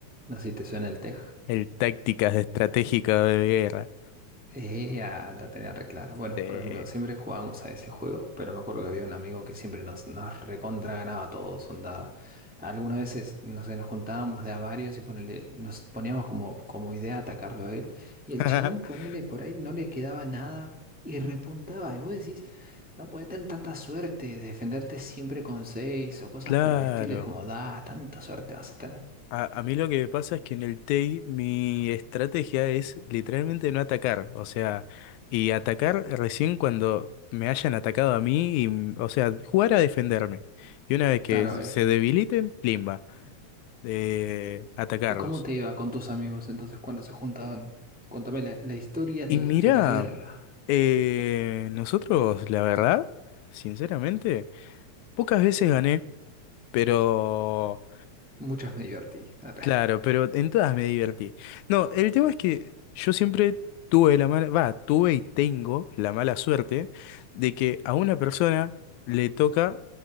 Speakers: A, in the centre; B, on the left (about 85°).
A: no sé si te suena el tej
B: El tácticas de estratégica de guerra.
A: Eh, ah, la tenía re clara. Bueno,
B: Sí.
A: por ejemplo, siempre jugábamos a ese juego, pero me acuerdo que había un amigo que siempre nos, nos recontra ganaba a todos, onda. Algunas veces, no sé, nos juntábamos de a varios y ponele, nos poníamos como, como idea atacarlo a él. Y el
B: <laughs>
A: chabón, ponele por ahí, no le quedaba nada y repuntaba. Y vos decís, no puedes tener tanta suerte, defenderte siempre con seis o cosas
B: Claro.
A: por el estilo. Es como, da, tanta suerte vas a tener.
B: A, a mí lo que me pasa es que en el TEI mi estrategia es literalmente no atacar, o sea, y atacar recién cuando me hayan atacado a mí, y, mm, o sea, jugar a defenderme. Y una vez que
A: Claro,
B: se
A: es
B: debiliten, limba, eh, atacarlos.
A: ¿Y cómo te iba con tus amigos entonces cuando se juntaban? Cuéntame la, la historia
B: Y
A: de,
B: mira,
A: de la guerra.
B: eh, nosotros, la verdad, sinceramente, pocas veces gané, pero...
A: Muchas me divertí. <laughs>
B: Claro, pero en todas me divertí. No, el tema es que yo siempre tuve la mala, va, tuve y tengo la mala suerte de que a una persona le toca